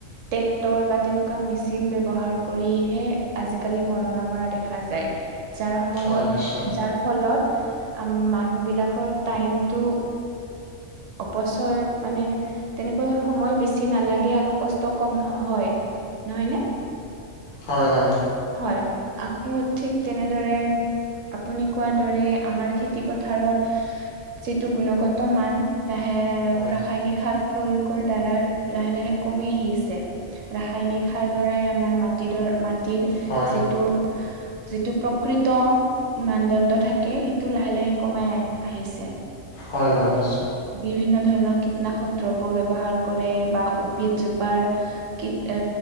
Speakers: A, on the right; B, on the left.
A: টেক্টৰ বা তেনেকুৱা মেচিন ব্যৱহাৰ কৰিহে আজিকালি মৰণা মৰা দেখা যায় যাৰ সময়ত
B: হয় নিশ্চয়
A: যাৰ ফলত মানুহবিলাকৰ টাইমটো অপচয় মানে তেনেকৈ সময় বেছি নালাগে আৰু কষ্ট কম হয় নহয়নে
B: হয় হয়
A: হয় আকৌ ঠিক তেনেদৰে আপুনি কোৱাৰ দৰে আমাৰ খেতি পথাৰত যিটো গুণগত মান লাহে
B: হয়
A: ৰাসায়নিক সাৰ প্ৰয়োগৰ দ্বাৰা লাহে লাহে কমি আহিছে ৰাসায়নিক সাৰ দাৰাই আমাৰ মাটিডৰ মাটি <unintelligible>
B: হয়
A: যিটো যিটো প্ৰকৃত মানদণ্ড থাকে সেইটো লাহে লাহে কমাই আহ আহিছে
B: হয় হয় নিশ্চয়
A: বিভিন্ন ধৰণৰ কীটনাশক দ্ৰব্য ব্যৱহাৰ কৰে বা উ্ভিদজোপাৰ কি এ